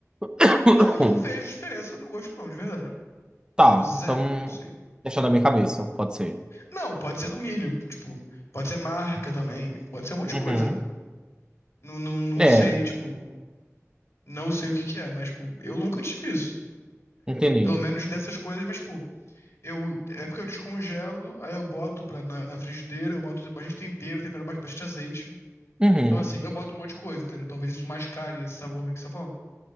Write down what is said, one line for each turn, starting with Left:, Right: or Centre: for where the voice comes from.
Right: <coughs>
Left: não não vejo diferença no gosto não, de verdade.
Right: Tá,
Left: Tipo, zero,
Right: então.
Left: assim.
Right: Deixando na minha cabeça, pode ser.
Left: Não, pode ser do milho, tipo, pode ser marca também, pode ser um monte de
Right: Uhum.
Left: coisa, né? Não, não, não
Right: É,
Left: sei, tipo, não sei o que que é, mas, tipo, eu nunca tive isso.
Right: entendi.
Left: Pelo menos dessas coisas, mas, tipo, eu, é porque eu descongelo, aí eu boto pra, na, na frigideira, eu boto bastante tempero, tempero bastante, bastante azeite.
Right: Uhum.
Left: Então, assim, eu boto um monte de coisa, entendeu? Talvez isso mascare esse sabor ruim que você tá falando.